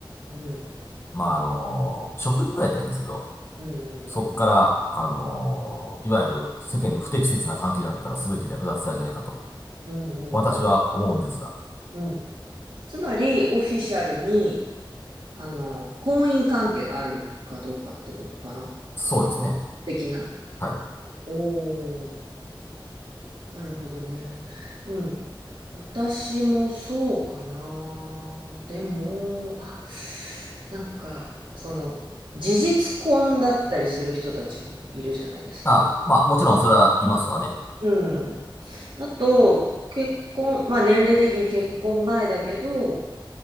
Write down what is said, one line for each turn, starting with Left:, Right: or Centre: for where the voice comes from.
Right: うんうん
Left: まあ、あの、食事ぐらいだったらいいんですけど、
Right: うんうんうん
Left: そこから、あの、いわゆる世間に不適切な関係になったら全て略奪罪じゃないかと、
Right: うんうん
Left: 私は思うんですが、
Right: うんつまりオフィシャルにあの婚姻関係があるかどうかってことかな
Left: そうですね。
Right: 的な
Left: はい。
Right: おおなるほどね。うん。私もそうかな。でも、あ、なんか、その、事実婚だったりする人たちもいるじゃないですか。
Left: あ、まあ、もちろんそれはいますわね。
Right: うん。あと、結婚、まあ年齢的に結婚前だけど、